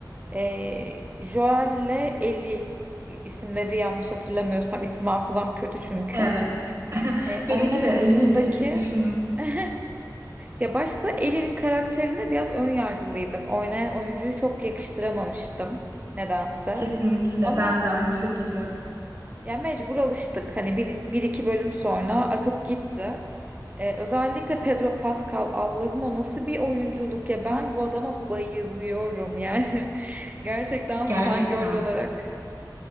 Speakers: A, on the right (about 20°); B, on the right (about 40°).
A: E, Joel'le Ellie isimleri yanlış hatırlamıyorsam isim hafızam kötü çünkü.
B: Evet. <laughs>
A: E,
B: Benimki
A: onlar arasındaki
B: de el iyi bir düşündüm.
A: <laughs> ya başta Ellie'nin karakterine biraz ön yargılıydım. Oynayan oyuncuyu çok yakıştıramamıştım nedense.
B: Kesinlikle.
A: Ama
B: Ben de aynı şekilde.
A: ya mecbur alıştık. Hani bir, bir iki bölüm sonra akıp gitti. E, özellikle Pedro Pascal Allah'ım o nasıl bir oyunculuk ya ben bu adama bayılıyorum yani. <laughs> Gerçekten
B: Gerçekten.
A: fangirl olarak